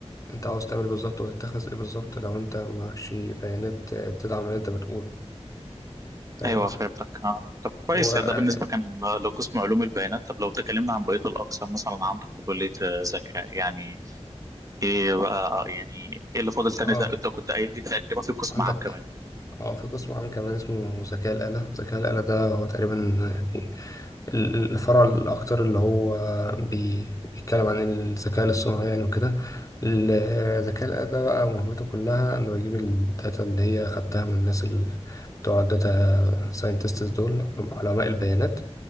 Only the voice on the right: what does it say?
ايوه فهمتك آه، طب كويس
يعني ده بالنسبه كان لو قسم علوم البيانات طب لو تكلمنا عن بقيه الاقسام مثلا عندك في كليه آه، ذكاء يعني ايه بقى يعني ايه اللي فاضل تاني
تق- انت كنت قايل لي تقريبا في قسم
عام كمان